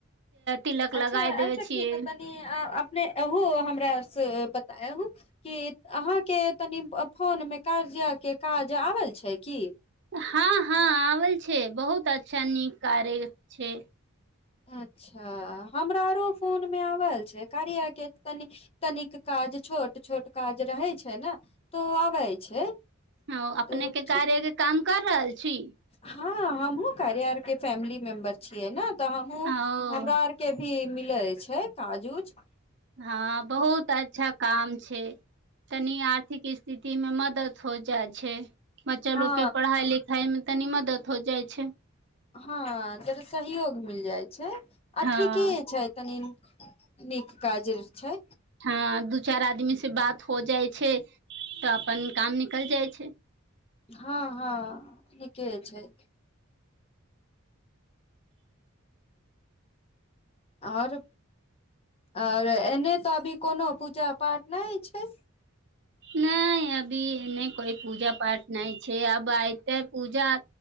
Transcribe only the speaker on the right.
तिलक
लगाय देवे
छियै
हँ हँ आवल छै बहुत अच्छा नीक कार्य छै
हँ अपने
के
कार्या के काम कर रहल छी
ओ
हँ बहुत अच्छा काम छै तनि आर्थिक स्थिति स्थिति मे मदद हो जाइ छै बच्चा
लोक के पढ़ाई लिखाईमे तनी मदद हो जाइ छै
हँ
हँ दू चार आदमी से बात हो जाइ छै तऽ अपन काम निकल जाइ छै
नहि अभी एने कोइ पूजा पाठ नहि छै अब एयते पूजा